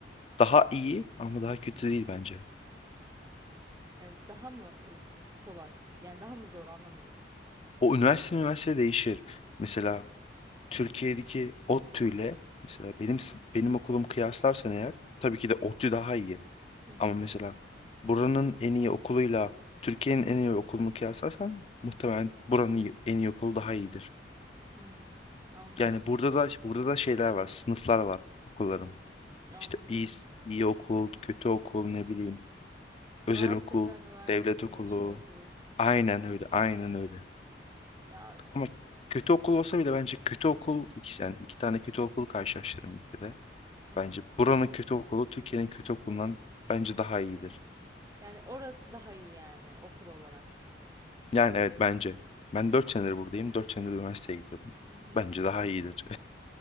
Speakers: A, on the left; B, on the right.
A: Daha iyi ama daha kötü değil bence.
B: Yani daha mı e, kolay? Yani daha mı zor anlamadım.
A: O üniversite üniversite değişir. Mesela Türkiye'deki ODTÜ ile mesela benim s- benim okulum kıyaslarsan eğer tabii ki de ODTÜ daha iyi.
B: Hı hı.
A: Ama mesela buranın en iyi okuluyla Türkiye'nin en iyi okulunu kıyaslarsan muhtemelen buranın iyi- en iyi okulu daha iyidir.
B: Hmm, anladım.
A: Yani burada
B: Ö-
A: da burada da şeyler var, sınıflar var okulların.
B: Anladım.
A: İşte iyi iyi okul, kötü okul, ne bileyim, özel
B: Üniversiteden
A: okul,
B: üniversite
A: devlet
B: değişiyor
A: okulu.
B: diyorsun.
A: Aynen öyle, aynen öyle.
B: Ya
A: Ama kötü okul olsa bile bence kötü okul ikisi yani iki tane kötü okul karşılaştırırım ülkede.
B: Hı hı.
A: Bence buranın kötü okulu Türkiye'nin kötü okulundan bence daha iyidir.
B: yani orası daha iyi yani okul olarak.
A: Yani evet bence. Ben 4 senedir buradayım. 4 senedir üniversiteye gidiyorum.
B: Hı hı.
A: Bence daha iyidir.